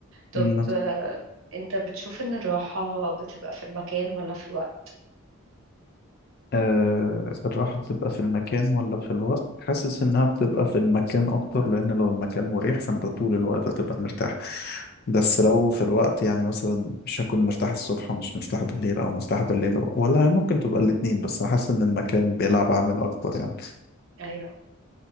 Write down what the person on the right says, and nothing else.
طب
آه، انت بتشوف ان الراحة بتبقى في المكان ولا في الوقت
ايوه